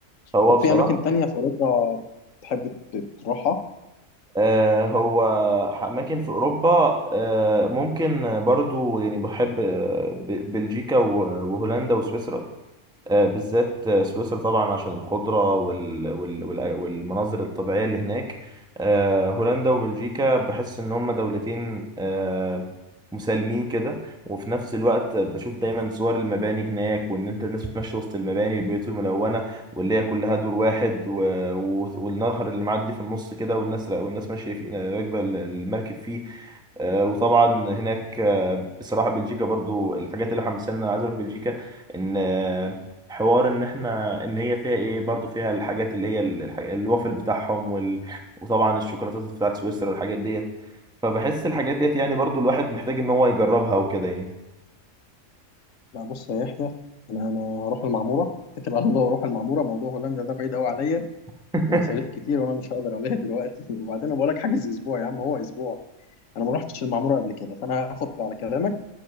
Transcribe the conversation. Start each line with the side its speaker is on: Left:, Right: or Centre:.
Centre: هو
Left: طب
Centre: بصراحه
Left: في اماكن تانية في اوروبا تحب ت- تروحها
Centre: آه، هو اماكن في اوروبا آه، ممكن برضو يعني بحب آه، ب- بلجيكا و- وهولندا وسويسرا آه، بالذات آه، سويسرا طبعا عشان الخضرة وال... وال... وال... والمناظر الطبيعية اللي هناك آه، هولندا وبلجيكا بحس إن هما دولتين آه، مسالمين كده وفي نفس الوقت بشوف دايما صور المباني هناك وإن أنت الناس بتمشي وسط المباني البيوت الملونة واللي هي كلها دور واحد و... و... والنهر اللي معدي في النص كده والناس والناس ماشية فيه راكبة المركب فيه آه، وطبعا هناك آه، بصراحه بلجيكا برضو الحاجات اللي حمسنا عايز اروح بلجيكا ان آه، حوار ان احنا ان هي فيها ايه برضو فيها الحاجات اللي هي ال- الح- الوافل بتاعهم وال... وطبعا الشوكولاتات بتاعت سويسرا والحاجات ديت فبحس الحاجات ديت يعني برضو الواحد محتاج ان هو يجربها وكده يعني
Left: لا بص يا يحيى انا انا هروح المعموره اتكل على الله واروح المعموره موضوع هولندا ده بعيد قوي عليا
Centre: <laughs>
Left: ومصاريف كتير وانا مش هقدر عليها دلوقتي <laughs> وبعدين انا بقول لك حاجز اسبوع يا عم هو اسبوع انا ما رحتش المعموره قبل كده فانا هاخد على كلامك